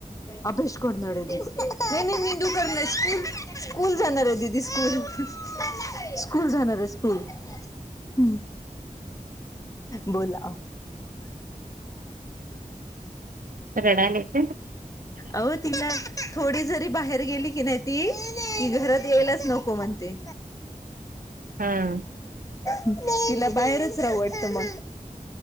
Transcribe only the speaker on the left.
अभ्याश करणारय दीदू नाई नाई निंदू करणारय स्कूल स्कूल जाणाराय दीदी स्कूल. स्कूल जाणारय स्कूल. हम् बोला
आओ तिला थोडी जरी बाहेर गेली की नाई ती घरात यायला नको म्हणते.
तिला बाहेरच राहू वाटत मग.